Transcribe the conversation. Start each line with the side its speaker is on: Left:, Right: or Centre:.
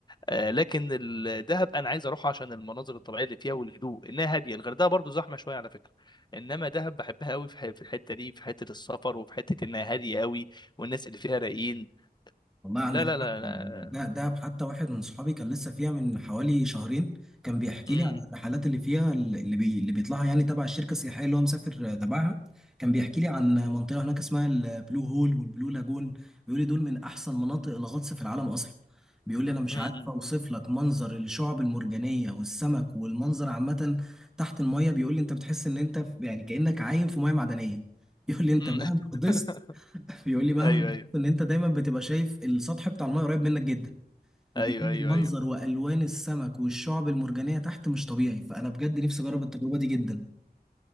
Left: آه، لكن الدهب انا عايز اروح عشان المناظر الطبيعيه اللي فيها والهدوء انها هاديه الغردقه برضو زحمه شويه على فكره انما دهب بحبها قوي في ح- في الحته دي في حته السفر وفي حته انها هاديه قوي والناس اللي فيها رايقين
Centre: والله عندك
Left: لا لا
Centre: حق
Left: لا لا
Centre: يعني ده دهب حتى واحد من صحابي كان لسه فيها من حوالي شهرين كان بيحكي
Left: امم
Centre: لي عن الرحلات اللي فيها اللي, بي اللي بيطلعها يعني تبع الشركة السياحية اللي هو مسافر تبعها كان بيحكي لي عن منطقة هناك اسمها البلو هول والبلو لاجون بيقول لي دول من أحسن مناطق الغطس في العالم أصلا بيقول لي أنا مش
Left: امم
Centre: عارف أوصف لك منظر الشعب المرجانية والسمك والمنظر عامة تحت المية بيقول لي أنت بتحس إن أنت في- يعني كأنك عايم في مية معدنية <laughs> بيقول لي أنت
Left: امم
Centre: مهما
Left: <laughs>
Centre: غطست <laughs> بيقول لي مهما
Left: ايوه ايوه
Centre: ان انت دايما بتبقى شايف السطح بتاع الماء قريب منك جدا وبيكون
Left: ايوه ايوه
Centre: المنظر
Left: ايوه
Centre: والوان السمك والشعب المرجانيه تحت مش طبيعي فانا بجد نفسي اجرب التجربه دي جدا